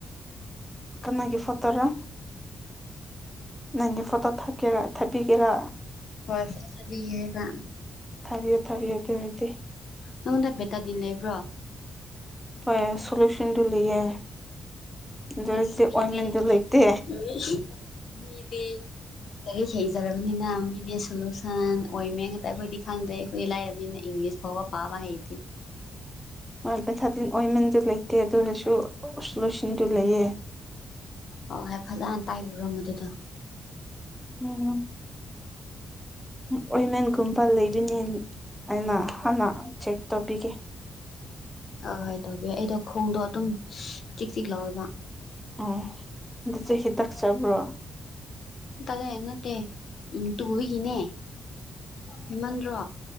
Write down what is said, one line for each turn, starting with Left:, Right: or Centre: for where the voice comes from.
Centre: ꯀꯅꯥꯒꯤ ꯐꯣꯠꯇꯣꯔ꯫ ꯅꯪꯒꯤ ꯐꯣꯇꯣ ꯊꯥꯀꯦꯔꯥ ꯊꯥꯕꯤꯒꯦꯔꯥ꯫
Left: ꯍꯣꯢ ꯐꯣꯇꯣ ꯊꯥꯕꯤꯒꯦ ꯍꯥꯏꯕ꯫
Centre: ꯊꯥꯕꯤꯌꯨ ꯊꯥꯕꯤꯌꯨ ꯑꯗꯨ ꯑꯣꯏꯔꯗꯤ
Left: ꯅꯪꯉꯣꯟꯗ ꯕꯦꯇꯥꯗꯤꯟ ꯂꯩꯕ꯭ꯔꯣ꯫
Centre: ꯍꯣꯏ ꯁꯣꯂꯨꯁꯟꯗꯨ ꯂꯩꯌꯦ꯫ ꯑꯗꯨ ꯑꯣꯏꯔꯗꯤ
Left: ꯏꯁ ꯃꯤꯗꯤ
Centre: ꯑꯣꯏꯟꯃꯦꯟꯗꯨ ꯂꯩꯇꯦ
Left: ꯃꯤ ꯃꯤꯗꯤ ꯂꯥꯢꯔꯤꯛ ꯍꯩꯖꯔꯕꯅꯤꯅ ꯃꯤꯗꯤ ꯁꯣꯂꯨꯁꯟ ꯑꯣꯏꯃꯦ ꯍꯦꯛꯇ ꯑꯩꯈꯣꯏꯗꯤ ꯈꯪꯗꯦ ꯑꯩꯈꯣꯏ ꯂꯥꯏꯔꯃꯤꯅ ꯏꯪꯂꯤꯁ ꯐꯥꯎꯕ ꯄꯥꯕ ꯍꯩꯇꯦ꯫
Centre: ꯍꯣꯙ ꯚꯦꯊꯥꯗꯤꯟ ꯑꯣꯏꯃꯦꯟꯁꯨ ꯂꯩꯇꯦ ꯑꯗꯨ ꯑꯣꯏꯔꯁꯨ ꯂꯣꯁꯤꯟꯗꯨ ꯂꯩꯌꯦ꯫
Left: ꯍꯣꯏ ꯍꯣꯏ ꯐꯖꯅ ꯇꯩꯔꯨꯔꯣ ꯃꯗꯨꯗ
Centre: ꯎꯝ꯫ ꯑꯣꯏꯃꯟꯒꯨꯝꯕ ꯂꯩꯕꯅꯦ ꯑꯩꯅ ꯍꯥꯟꯅ ꯆꯦꯛ ꯇꯧꯕꯤꯒꯦ꯫
Left: ꯍꯣꯏ ꯍꯣꯏ ꯇꯧꯕꯤꯌꯣ ꯑꯩꯗꯣ ꯈꯣꯡꯗꯣ ꯑꯗꯨꯝ ꯆꯤꯛ ꯆꯤꯛ ꯂꯥꯛꯋꯦꯕ꯫
Centre: ꯑꯣ ꯑꯗ ꯆꯍꯤ ꯍꯈꯤꯗꯛ ꯆꯕ꯭ꯔꯣ
Left: ꯇꯔꯦ ꯅꯠꯇꯦ ꯎ ꯇꯨꯕꯤꯒꯤꯅꯦ ꯍꯦꯃꯟꯗ꯭ꯔꯣ